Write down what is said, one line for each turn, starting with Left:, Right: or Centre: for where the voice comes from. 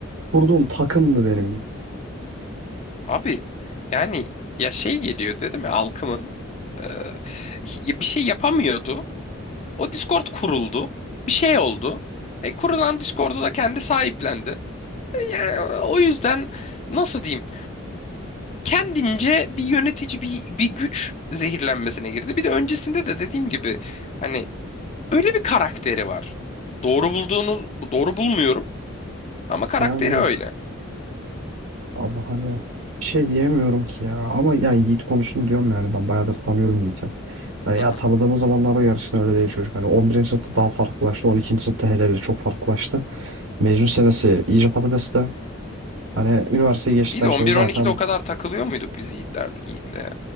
Right: kurduğum takımdı benim.
Left: Abi yani ya şey geliyor dedim ya alkımın e, ya bir şey yapamıyordu. O Discord kuruldu. Bir şey oldu. E, kurulan Discord'u da kendi sahiplendi. E, yani o yüzden nasıl diyeyim? Kendince bir yönetici bir, bir güç zehirlenmesine girdi. Bir de öncesinde de dediğim gibi hani öyle bir karakteri var. Doğru bulduğunu doğru bulmuyorum ama karakteri
Right: Yani
Left: öyle.
Right: Allah hani bir şey diyemiyorum ki ya. Ama yani Yiğit konusunu diyorum yani ben bayağıdır tanıyorum Yiğit'i. Hani
Left: Hı
Right: ya
Left: hı.
Right: tanıdığımız zamanlarda yarışın öyle değil çocuk. Hani 11. sınıfta daha farklılaştı. 12. sınıfta hele hele çok farklılaştı. Mezun senesi iyice patateste. Hani üniversiteyi geçtikten
Left: İyi de
Right: sonra
Left: 11-12'de
Right: zaten
Left: o kadar takılıyor muyduk biz Yiğitler, Yiğit'le ya?